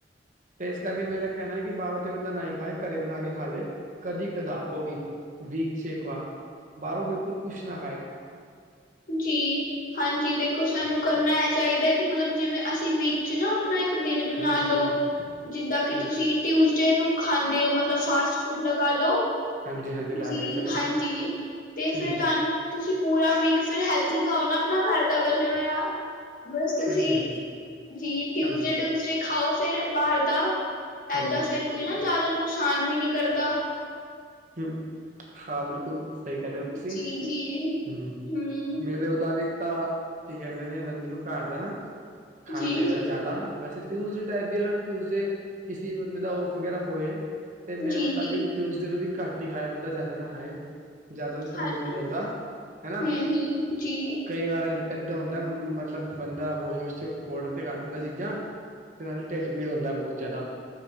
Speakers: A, on the right; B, on the left.
A: ਤੇ ਇਸ ਕਰਕੇ, ਮੇਰਾ ਕਹਿਣਾ ਕਿ ਬਾਹਰੋਂ ਤੇ ਬੰਦਾ ਨਾ ਖਾਏ, ਘਰੇ ਬਣਾ ਕੇ ਖਾ ਲਏ ਕਦੀ- ਕਦਾ ਉਹ ਵੀ, ਵੀਕ 'ਚ ਇੱਕ ਵਾਰ, ਬਾਹਰੋਂ ਬਿਲਕੁਲ ਕੁਛ ਨਾ ਖਾਏ
B: ਜੀ, ਹਾਂਜੀ ਦੇਖੋ ਸਾਨੂੰ, ਕਰਨਾ ਇਹ ਚਾਹੀਦਾ ਕਿ, ਮਤਲਬ ਜਿਵੇਂ ਅਸੀਂ ਵੀਕ 'ਚੱਲੋ ਆਪਣਾ ਇੱਕ ਦਿਨ ਬਣਾ
A: ਹੂੰ
B: ਲਓ,
A: ਹੂੰ
B: ਜਿੱਦਾਂ ਕਿ
A: ਹੂੰ
B: ਤੁਸੀਂ ਟਿਊਜ਼ਡੇ ਨੂੰ ਖਾਂਦੇ ਹੋ, ਮਤਲਬ ਫਸ ਤੁਸੀਂ ਫੂਡ ਲਗਾ ਲੋ,
A: ਹਾਂਜੀ ਹਾਂਜੀ
B: ਤੁਸੀ
A: ਲਾ ਲਿਆ ਚਲੋ
B: ਹਾਂਜੀ ਤੇ ਫਿਰ
A: ਹੂੰ
B: ਤੁਹਾਨੂੰ ਤੁਸੀਂ ਪੂਰਾ ਵੀਕ, ਫਿਰ ਹੈਲਥੀ ਖਾਓ ਨਾ ਆਪਣਾ ਘਰ ਦਾ, ਬੰਨਿਆ ਹੋਇਆ ਬਸ ਤੁਸੀਂ,
A: ਹਾਂਜੀ ਹਾਂਜੀ
B: ਜੀ ਟਿਊਸਡੇ-
A: ਹਾਂਜੀ
B: ਟਿਊਜ਼ਡੇ ਖਾਓ,, ਫਿਰ ਬਾਹਰ ਦਾ
A: ਹੂੰ
B: ਏਦਾਂ ਫੇਿਰ ਕੋਈ ਨਾ, ਜ਼ਿਆਦਾ ਨੁਕਸਾਨ ਵੀ ਨੀ ਕਰਦਾ
A: ਹਮ, ਹਾਂ ਬਿਲਕੁਲ ਸਹੀ ਕਹਿ ਰਹੇ ਹੋ ਤੁਸੀਂ,
B: ਜੀ ਜੀ।
A: ਹਮ
B: ਹੂੰ
A: ਮੇਰੇ ਮੁਤਾਬਿਕ ਤਾਂ ਕੀ ਕਹਿੰਦੇ ਨੇ, ਬੰਦੇ ਨੂੰ ਘਰ ਦਾ ਨਾ ਖਾਣਾ
B: ਜੀ
A: ਚਾਹੀਦਾ, ਜ਼ਿਆਦਾ ਵੈਸੇ ਟਿਊਜ਼ਡੇ ਟਾਈਪ ਵੀ, ਅਗਰ ਟਿਊਜ਼ਡੇ ਕਿਸੇ ਬੰਦੇ ਦਾ ਔਫ ਵਗੈਰਾ ਹੋਏ, ਤੇ ਮੇਰੇ
B: ਜੀ
A: ਮੁਤਾਬਿਕ
B: ਜੀ
A: ਟਿਉਜਡੇ ਵੀ, ਘੱਟ ਹੀ ਖਾਏ ਬੰਦਾ ਜ਼ਿਆਦਾ ਨਾ, ਖਾਏ ਜ਼ਿਆਦਾ ਵੀ ਸਪੋਰਟ
B: ਹਾਂਜੀ
A: ਨਹੀਂ ਕਰਦਾ, ਹੈ ਨਾ
B: ਹੂੰ ਹੂੰ ਜੀ
A: ਕਈ ਵਾਰ ਇੱਕ ਹੁੰਦਾ, ਮਤਲਬ ਬੰਦਾ ਹੋਸ- ਹੋਸ ਚ ਆਡਰ ਤੇ ਕਰ ਦਿਦਾਂ ਚੀਜ਼ਾਂ ਤੇ ਨਾਲ ਢਿੱਡ ਪੀੜ ਹੁੰਦਾ, ਬਹੁਤ ਜ਼ਿਆਦਾ